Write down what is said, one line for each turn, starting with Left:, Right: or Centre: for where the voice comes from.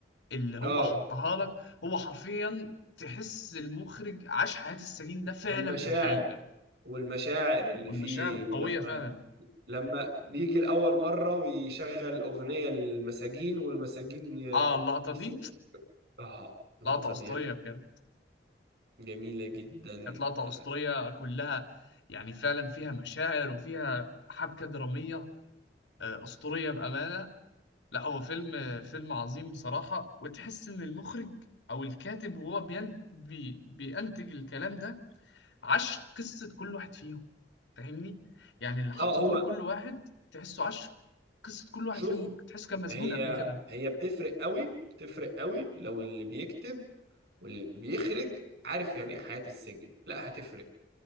Left: اللي هو
Right: اه
Left: حطها لك هو حرفيا تحس المخرج عاش حياه السجين ده فعلا
Right: والمشاعر
Left: في الحقيقه
Right: والمشاعر اللي
Left: والمشاعر
Right: فيه
Left: القويه
Right: ولما
Left: فعلا
Right: لما بيجي لأول مرة ويشغل أغنية للمساجين والمساجين ي-
Left: اه اللقطه
Right: يسمعوا
Left: دي
Right: آه اللقطة
Left: لقطه اسطوريه
Right: ديت
Left: بجد
Right: جميلة جدا
Left: كانت لقطه
Right: اه
Left: اسطوريه كلها يعني فعلا فيها مشاعر وفيها حبكه دراميه آه، اسطوريه بامانه لا هو فيلم فيلم عظيم بصراحة وتحس إن المخرج أو الكاتب وهو بين بي بينتج الكلام ده عاش قصة كل واحد فيهم فاهمني؟ يعني اللي حط
Right: آه، هو
Left: دور كل واحد تحسه عاش قصة كل واحد
Right: شوف
Left: فيهم تحسه كان مسجون
Right: هي
Left: قبل كده
Right: هي بتفرق قوي بتفرق قوي لو اللي بيكتب واللي بيخرج عارف يعني ايه حياة السجن لا هتفرق